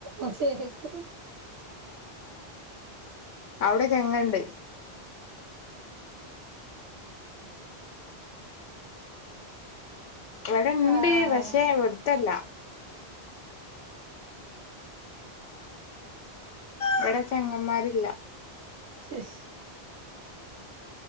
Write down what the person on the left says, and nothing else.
അവിടെ ചങ്ങണ്ട് ഇവിടെണ്ട്,
പഷെ ഇവ്ടുത്തല്ല ഇവിടെ ചെങ്ങമ്മാരില്ല.